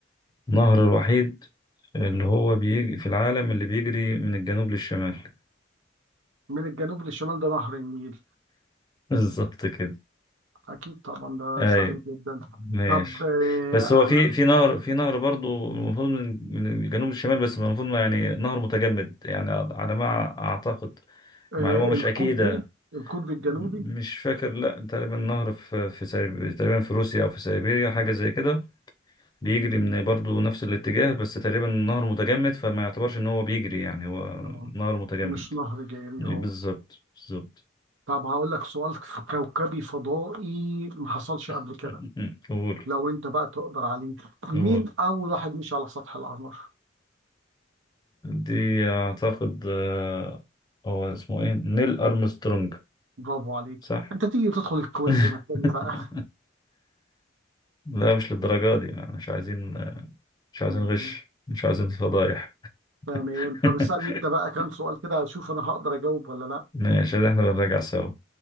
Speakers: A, on the left; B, on the right.
A: النهر الوحيد اللي هو بيجي في العالم اللي بيجري من الجنوب للشمال <laughs>
B: من الجنوب للشمال ده نهر النيل
A: بالظبط كده
B: أكيد طبعا ده
A: أي
B: سهل جدا
A: ماشي
B: طب آه،
A: بس هو في
B: أنا
A: في نهر في نهر برضو المفروض من من الجنوب للشمال بس المفروض ما يعني نهر متجمد يعني على ما أعتقد
B: آه،
A: معلومة مش
B: القطبي
A: أكيدة
B: القطب الجنوبي
A: مش فاكر لا تقريبا نهر في في سيب- تقريبا في روسيا أو في سيبيريا حاجة زي كده بيجري
B: مهم.
A: من برضه نفس الاتجاه بس تقريبا النهر متجمد فما يعتبرش ان هو بيجري يعني هو
B: آه،
A: نهر متجمد
B: مش نهر جاري
A: بالظبط
B: أه
A: بالظبط
B: طب هقول لك سؤال في كوكبي فضائي ما حصلش قبل
A: <laughs>
B: كده
A: قول
B: لو أنت بقى تقدر عليه مين
A: قول
B: أول واحد مشي على سطح القمر؟
A: دي اعتقد آه، هو اسمه ايه نيل ارمسترونج
B: برافو عليك
A: صح
B: أنت تيجي تدخل الكويز
A: <laughs>
B: مكاني بقى
A: لا مش للدرجة دي يعني مش عايزين مش عايزين
B: <laughs> ماشي.
A: غش مش عايزين فضايح
B: تمام
A: <laughs>
B: طب اسألني أنت بقى كام سؤال كده أشوف أنا هقدر أجاوب ولا لأ
A: ماشي احنا بنراجع سوا